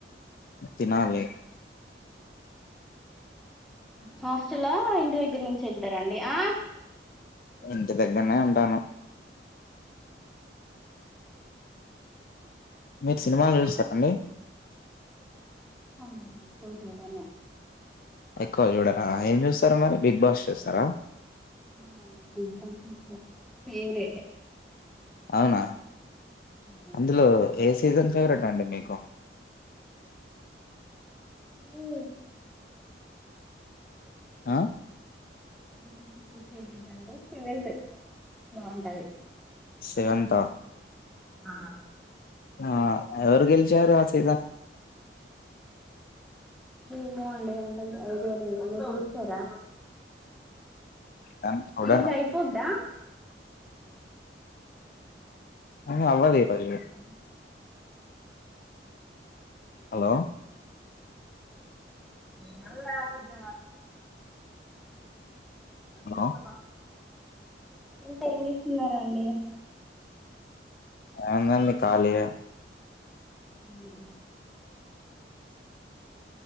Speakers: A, on the left; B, in the centre.
A: తినాలి
B: హాస్టల్ ఇంటి దగ్గర నుంచి వెళ్తారండి ఆ
A: ఇంటి దగ్గరనే ఉంటాను మీరు సినిమాలు చూస్తారా అండి
B: అవునండి ఎక్కువ చూడను
A: ఎక్కువ చూడరా ఏం చేస్త స్తార మరి బిగ్
B: ఆ
A: బాస్ చేస్తారా
B: అవునండి బిగ్ బాస్ ఇష్టం ఫేవరెట్
A: అవునా
B: మీకు
A: అందులో ఏ సీజన్ ఫేవరెట్ అండి మీకు
B: ఏ
A: ఆ
B: <unintelligible> ఏంటి అంటే సెవెంత్ బాగుంటది
A: సెవెంత్ ఆ
B: ఆ
A: ఆ ఎవరు గెలిచారు ఆ సీజన్
B: ఏమో అండి అంత ఐడియా లేదు మీరు చూస్తారా
A: కానీ చూడను
B: ఈరోోజు అయిపోద్దా అ
A: ఆహా, అవ్వదు ఈ రోజు హలో
B: నల్ కొంచ
A: హలో
B: చెప్ప బా ఇంకా ఏం చేస్తున్నారండి
A: ఏముందండి ఖాళీయే
B: ఆ